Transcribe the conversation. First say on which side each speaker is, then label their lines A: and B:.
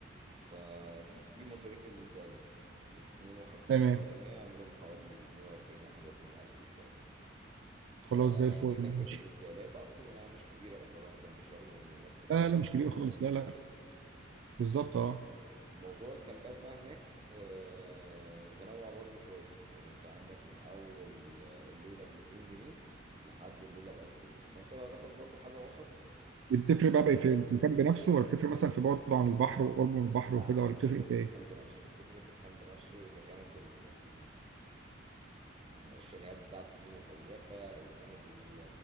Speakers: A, on the right; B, on the right.
A: فدي دي مصاريف الانتقالات 52
B: تمام
A: في 800 يعملهم حوالي 42 41 ألف وشوية فدي
B: خلاص زي الفل
A: تكلفة
B: ماشي
A: الانتقالات أعتقد إنها مش كبيرة مقارنة بشرم وإن الناس تبقى
B: لا
A: رايحة
B: لا لا، مش
A: في
B: كبير
A: أتوبيس
B: خالص
A: نظيف
B: لا لا
A: وكده
B: بالظبط اه
A: موضوع الكامبات بقى هناك آه، متنوع برضو شوية يعني أنت عندك من أول آه، الليلة ب 200 جنيه لحد الليلة ب 1000 جنيه فأنت لو هتاخد برضو حاجة وسط
B: دي بتفرق
A: كويسة
B: بقى بقى في المكان بنفسه ولا بتفرق مثلا في بعده عن البحر
A: بت...
B: وقربه من البحر
A: لا
B: وكده
A: لا
B: ولا
A: بتفرق
B: بتفرق في
A: في
B: ايه؟
A: الكامب نفسه بتفرق في الكامب نفسه إذا كانت ال- الشاليهات بتاعته دي مكيفة إذا كانت ال-